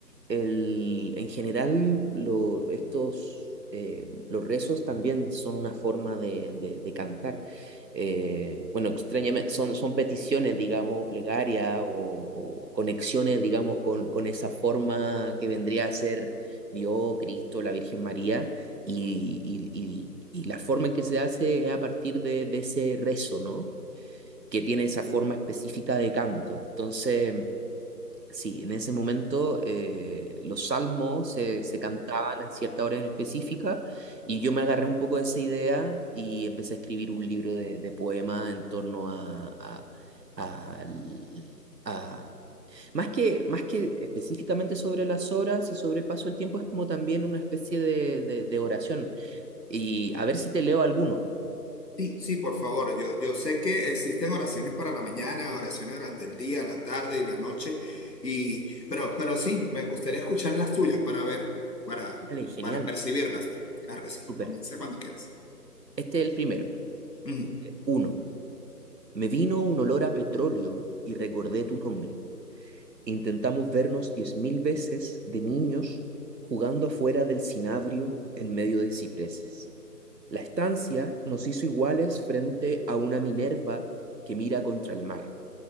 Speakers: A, on the right; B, on the left.
A: el- en general lo- estos, eh, los rezos también son una forma de, de- de cantar. Eh, bueno, extrañamente, son, son peticiones, digamos, plegaria o, o conexiones, digamos, con, con esa forma que vendría a ser Dios, Cristo, la Virgen María, y, y- y- y la forma en que se hace es a partir de, de ese rezo, ¿no? que tiene esa forma específica de canto. Entonces, sí, en ese momento eh, los salmos se, se cantaban en cierta hora en específica y yo me agarré un poco de esa idea y empecé a escribir un libro de, de poemas en torno a, a- al- a- Más que, más que específicamente sobre las horas y sobre el paso del tiempo, es como también una especie de, de- de oración. Y a ver si te leo alguno.
B: Sí, sí, por favor. Yo, yo sé que existen oraciones para la mañana, oraciones durante el día, la tarde y la noche, y, pero, pero sí, me gustaría escuchar las tuyas para ver, para,
A: Vale, genial,
B: para percibirlas. Claro que sí,
A: súper.
B: comienza cuando quieras.
A: Este es el primero.
B: Ujú.
A: Uno. Me vino un olor a petróleo y recordé tu nombre. Intentamos vernos diez mil veces de niños jugando afuera del cinabrio en medio de cipreses. La estancia nos hizo iguales frente a una Minerva que mira contra el mar.